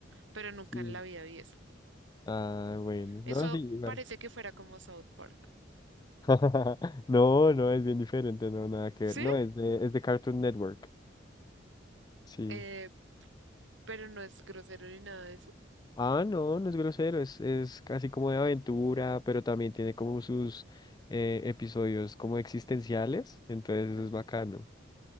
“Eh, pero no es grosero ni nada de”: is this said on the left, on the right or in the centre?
Right